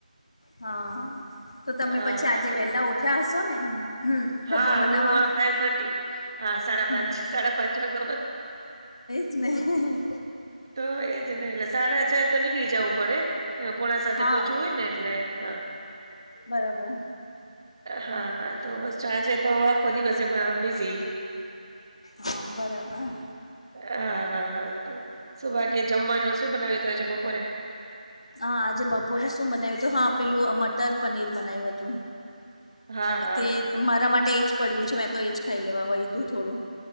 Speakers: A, on the left; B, on the right.
A: હા તો તમે
B: હા
A: પછી આજે
B: હા કેમ
A: વેલા ઉઠ્યા હશો ને હમ, ડબ્બો
B: હા
A: બનાવવા
B: હું હ ફાઈવ થર્ટી હા સાડા
A: હમ,
B: પાંચ સાડા પાંચ વાગે
A: નહી
B: તો એજ ને એટલે સાાડા છે તો નીકળી જવું પડે એ પોણા સાથે
A: હા
B: પોહોંચવું હોય ને એટલે હા
A: બરાબર
B: હાા તો બસ આજે તો આખો દિવસ એમાં બીઝી
A: હા બરાબર
B: હા હા હા તો શુંભકી્ય જમવાનું શું બનાવી તો હોય છે બપોરે
A: હા આજે બપોરે શું બનાવ્યું હતું હા પેલું મટર પનીર બનાવ્યું હતું
B: હા હા
A: તે મારા માટે એજ પડ્યું છે મેં તો એજ ખાઈ લેવા હોીધું થોડું